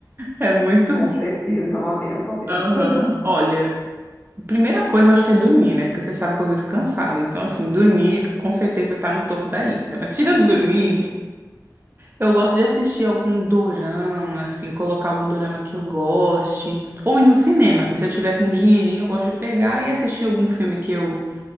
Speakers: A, on the right; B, on the left.
A: É muito
B: Com
A: bom.
B: certeza, é uma benção mesmo.
A: Aham.
B: <laughs>
A: Olha, primeira coisa eu acho que é dormir, né? Porque você sabe que eu vivo cansada. Então, assim, dormir com certeza tá no topo da lista. Mas tirando dormir, Eu gosto de assistir algum dorama, assim, colocar algum dorama que eu goste. Ou ir no cinema, assim, se eu tiver com um dinheirinho, eu gosto de pegar e assistir algum filme que eu